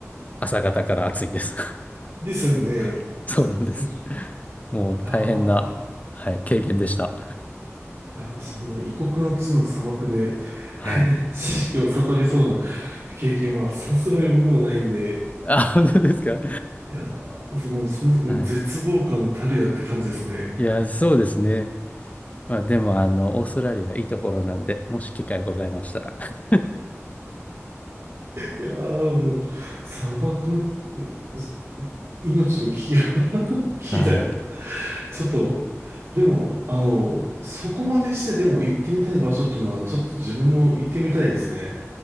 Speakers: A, on the left; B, on the right.
A: 朝方から暑いんです。
B: ですよね。
A: <laughs> そうなんです。
B: い
A: もう大変な、
B: やー、
A: はい、経験でした。
B: いやー、そんな異国の地の砂漠で
A: はい。
B: <laughs> 知識を悟りそうな <laughs> 経験はさすがに僕もないんで、
A: あ、本当ですか
B: いやー、その、その時の絶望感たるやって感じですね。
A: <laughs> はい。いや、そうですね。まあ、でも、あの、オーストラリアいいところなんで、もし機会ございましたら。<laughs>
B: いやー、もうなんか、砂漠のうん命の危機を <laughs> 聞いたら、
A: はい。
B: ちょっと、でも、あの、そこまでしてでも行ってみたい場所っていうのは、ちょっと自分も行ってみたいですね。